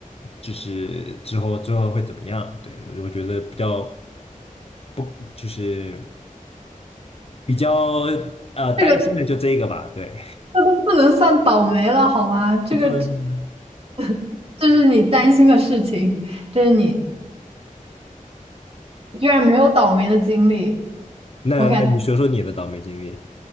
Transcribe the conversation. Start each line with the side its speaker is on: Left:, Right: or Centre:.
Left: 就是之后之后会怎么样，对，我觉得比较不就是。比较呃担心的就这个吧，
Right: 这个
Left: 对，
Right: 这都不能算倒霉了好吗？这个
Left: 就不能。
Right: <laughs> 这是你担心的事情，这是你居然没有倒霉的经历。
Left: 那那你说说你的倒霉经历？
Right: 我感